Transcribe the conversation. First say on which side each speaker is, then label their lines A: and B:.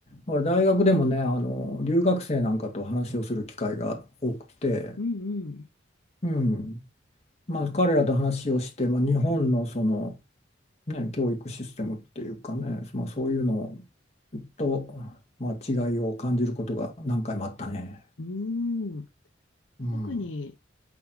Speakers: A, on the left; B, on the left.
A: から大学でもね、あの留学生なんかと話をする機会が多くて、
B: うんうん。
A: うん、まあ、彼らと話をして、まあ、日本のその、ね、教育システムっていうかね、まあ、そういうのと、まあ、違いを感じることが何回もあったね。
B: うん。
A: うん、
B: 特に